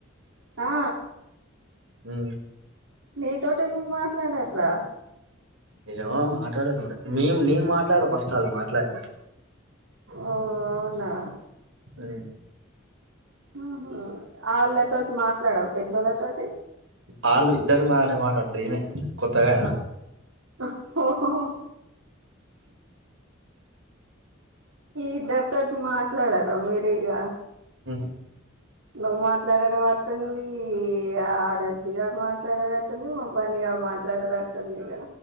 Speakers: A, on the right (about 90°); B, on the right (about 70°).
A: ఆ
B: ఉ
A: నీతితో ఎందుకు మాట్లాడారురా
B: ఏమో మాట్లాడను మేం నేను మాట్లాడ ఫస్ట్ అల్ మాట్లాడినా
A: ఓ అవునా
B: ఉ
A: ఉహు ఆళ్ళతోటి మాట్లాడవ్ పెద్దోళ్ళతోటి
B: అల్లు ఇద్దరు బానే మాట్లాడతారు ఈమె కొత్తగా
A: ఓ ఓహోహో ఇద్దరితోటి మాట్లాడారా మీరు ఇగ
B: ఉహు
A: నువ్వు మాట్లాడడం అట్ ఉంది ఆడర్జి గడు మాట్లాడ ను మా బన్నీ గాడు మాట్లాడారు అట్టుందిక